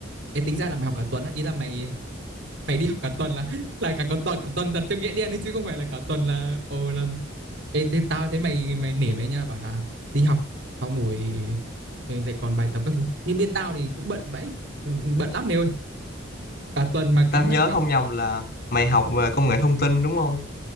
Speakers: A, on the right; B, on the left.
A: Ê tính ra là mày học cả tuần á, ý là mày mày đi học cả tuần là <laughs> là cả cả tuần cả tuần thật theo nghĩa đen ấy chứ không phải là cả tuần là ồ là Ê thế tao thấy mày mày nể mày nha, bảo là đi học xong ngồi lại còn bài tập các thứ. Như bên tao thì cũng bận vãi, ừ, bận lắm mày ơi. Cả tuần mà cắm
B: tao
A: mặt
B: nhớ
A: vào
B: không nhầm là mày học về công nghệ thông tin đúng không